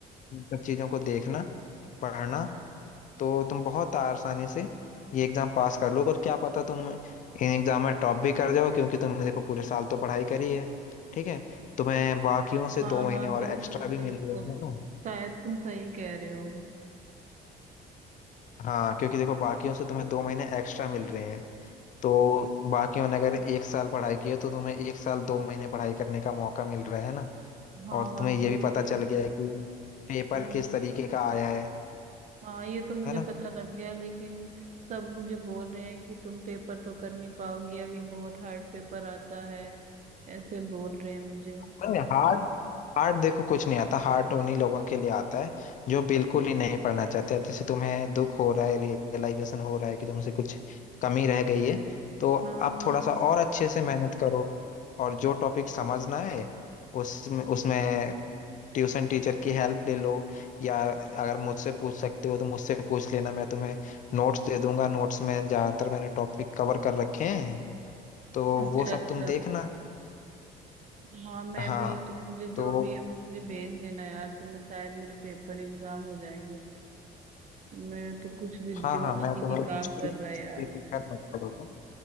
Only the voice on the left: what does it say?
इन सब चीजों को देखना पढ़ना तो तुम बहुत आसानी से ये एग्जाम पास कर लोगे और क्या पता तुम इन एग्जाम में टॉप भी कर जाओ क्योंकि तुमने देखो पूरे साल तो पढ़ाई करी है ठीक है तुम्हें बाकियों से
दो महीने
और एक्स्ट्रा भी
मिल रहे हैं ना
हाँ क्योंकि देखो बाकियों से तुम्हें दो महीने एक्स्ट्रा मिल रहे हैं तो बाकियों ने अगर एक साल पढ़ाई की है तो तुम्हें एक साल दो महीने पढ़ाई करने का मौका मिल रहा है ना
और
तुम्हें
ये भी पता चल गया है कि पेपर
किस तरीके का आया है
है ना
नहीं, hard हार्ड देखो कुछ नहीं आता हार्ड उन्हीं लोगों के लिए आता है जो बिल्कुल ही नहीं पढ़ना चाहते अब जैसे तुम्हें दुख हो रहा है रियलाइजेशन हो रहा है कि तुमसे कुछ कमी रह गई है तो
आप
थोड़ा सा और अच्छे से मेहनत करो और जो टॉपिक समझना है उसमें उसमें ट्यूशन टीचर की हेल्प ले लो या अगर मुझसे पूछ सकते हो तो मुझसे पूछ लेना मैं तुम्हें नोट्स दे दूंगा नोट्स में ज्यादातर मैंने टॉपिक कवर कर रखे हैं तो
वो सब
तुम देखना
हाँ
तो
हाँ
हाँ मैं
तुम्हें
उसकी
ये फिक्र मत करो तुम